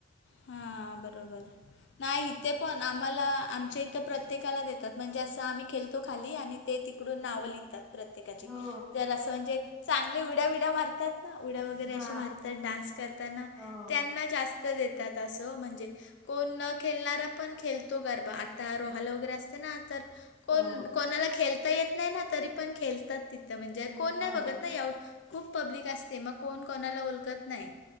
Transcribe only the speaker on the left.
हा. बरोबर. नाही इथे पण आम्हाला आमच्या इथं प्रत्येकाला देतात. म्हणजे असं आम्ही खेळतो खाली आणि ते तीकडून नावं लिहितात प्रत्येकाची.
जर असं म्हणजे चांगले ऊड्या बीड्या मारतात. ना उड्या वगैरे
असे मारतात. डान्स करतना.
त्यांना जास्त देतात असं म्हणजे, कोण न खेळणारा पण खेळतो गरबा. आता रोहाला वगैरे असते ना तर कोण
कोणाला खेळता येत नाही ना तरी पण खेळतात तिथं म्हणजे
कोण नाही
बघत
ना एव खूप पब्लिक असते मग. कोण कोणाला ओळखत नाही.